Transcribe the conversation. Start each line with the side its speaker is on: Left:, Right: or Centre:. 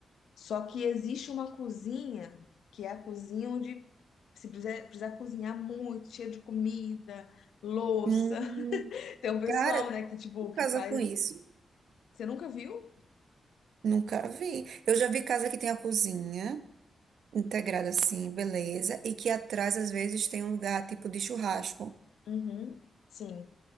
Left: só que existe uma cozinha que é a cozinha onde se precisar, precisar cozinhar muito, cheia de comida, louça.
Right: Hum,
Left: <laughs> Tem um pessoal,
Right: Cara,
Left: né, que, tipo, que
Right: casa
Left: faz.
Right: com isso?
Left: Você nunca viu?
Right: Nunca vi. Eu já vi casa que tem a cozinha integrada assim, beleza, e que atrás às vezes tem um lugar tipo de churrasco.
Left: Uhum. Sim.